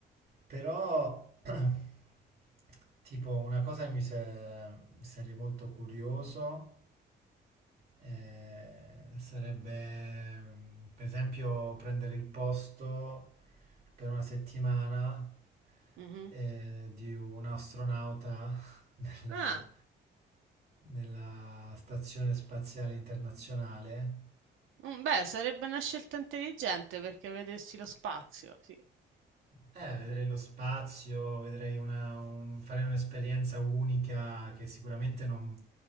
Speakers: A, on the right; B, on the right.
A: Però, <clears throat> tipo, una cosa che mi sa- sarei molto curioso eh, sarebbe mm, per esempio prendere il posto per una settimana
B: Mhm.
A: eh, di un astronauta <laughs> nella,
B: Ah.
A: nella Stazione Spaziale Internazionale
B: Mm, Beh, sarebbe una scelta intelligente perché vedresti lo spazio, sì.
A: Eh, vedrei lo spazio, vedrei una, un- farei un'esperienza unica che sicuramente non,